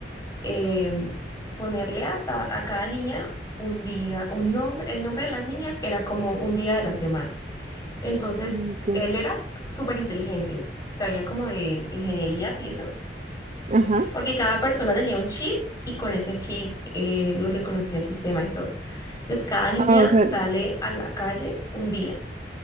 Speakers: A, on the left; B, on the right.
A: em, ponerle a, ta- a cada niña un día, un nombre, el nombre de las niñas era como un día de la semana. Entonces,
B: Ok.
A: él era súper inteligente, sabía como de ingenierías y eso,
B: Ajá.
A: porque cada persona tenía un chip y con ese chip eh, lo reconocía el sistema y todo. Entonces, cada niña
B: Ah, o sea,
A: sale a la calle un día.